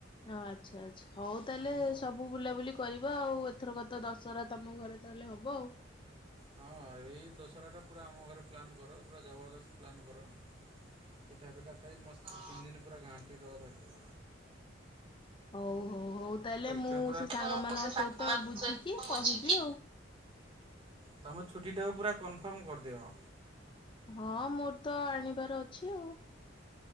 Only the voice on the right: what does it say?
ଆପଣ
ହଁ ଏଇ ଦଶହରାଟା ପୁରା ଆମ ଘରେ ପ୍ଲାନ୍ କର, ପୁରା ଜବରଦସ୍ତ ପ୍ଲାନ୍ କର। ପିଠା ଫିଠା ଖାଇ ମସ୍ତ ତିନ ଦିନ ପୁରା ଘାଣ୍ଟି ଦବ ଧରିକି।
ତମେ ପୁରା
ମୁଁ ସେ ସାଙ୍ଗମାନଙ୍କ
ସହିତ ବୁଝିକି
ତମେ ଛୁଟି ଟାକୁ ପୁରା କନଫର୍ମ କରିଦିଅ।